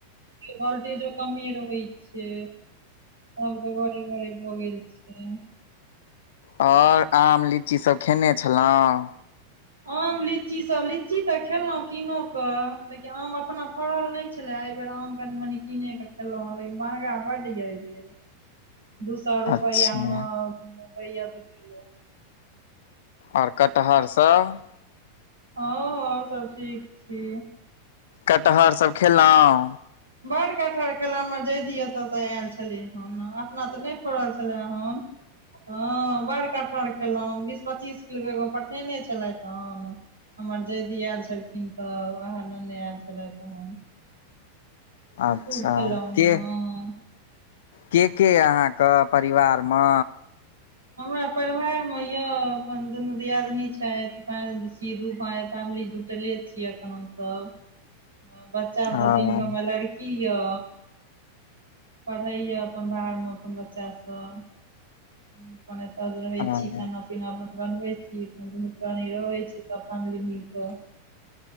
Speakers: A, on the right; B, on the left.
A: भोलटेजो कमे रहे छै सबके घरे घरे भऽ गेल छै
B: आओर आम लीची सब खेने छलहुँं
A: आम लीची सब लीची तऽ खेलहुँ कीनोक के लेकिन आम अपना फड़ल नहि छै एहि बेेर आम कनी मनी कीने क खेलहुँ हँ लेकिन महँगा बड्ड यऽ एहि बेर दू सए रुपआ
B: अच्छा
A: मे दैय दू किलो
B: आओर कटहरसभ
A: हँ आओर सभ ठीक छी
B: कटहर सब खेलौं
A: बर कटहर खेलर जैधी ओतयसँ आयल छली हेन अपना तऽ नहि फड़ल छेलै हन हँ बड़ कटहर खेलहुँं बीस पच्चीस किलो एगो पठेने छलथि हन हमर जयेधी आयल छलखिन तऽ वहे लेने आयल छले तहन
B: अच्छा
A: खुब खेलों
B: के
A: हॅं
B: के के अहाँके परिवारमे
A: हमरा परिवार मे यऽ अपन दुनू दियादिनी छथि सीधू फैमिली जूट सुतले छीय अखन हम सब बच्चा
B: हँ
A: सब तीन गों मे लड़की ये पढ़ैए अपन बाहरमे अपन बच्चासभ अपन एतऽ रहै
B: हँ
A: छी खाना ना अपन बनवे छी दुनू प्राणी रहे छै सब फैमिली मिल कऽ